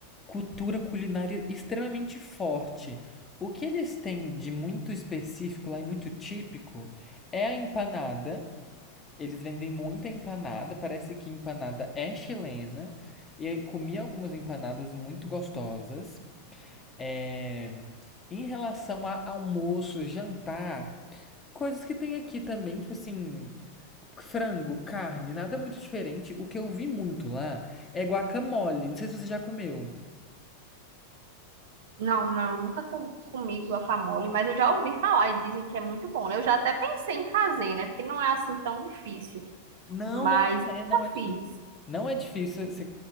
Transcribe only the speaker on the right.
Não, não, nunca co- comi guacamole, mas eu já ouvi falar e dizem que é muito bom, né? Eu já até pensei em fazer, né? Porque não é assim tão difícil,
mas
nunca
fiz.